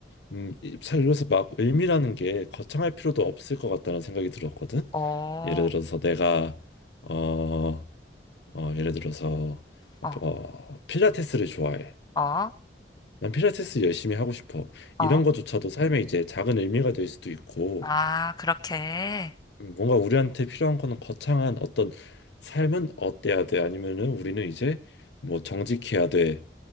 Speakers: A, on the left; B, on the left.
A: 음잘 읽어서 막 의미라는 게 거창할 필요도 없을 것 같다는 생각이 들었거든.
B: 어,
A: 예를 들어서 내가 어, 어 예를 들어서
B: 어,
A: 어 필라테스를 좋아해.
B: 어,
A: 난 필라테스 열심히 하고 싶어.
B: 어,
A: 이런 것조차도 삶에 이제 작은 의미가 될 수도 있고
B: 아, 그렇게.
A: 음, 뭔가 우리한테 필요한 거는 거창한 어떤 삶은 어때야 돼 아니면은 우리는 이제 뭐 정직해야 돼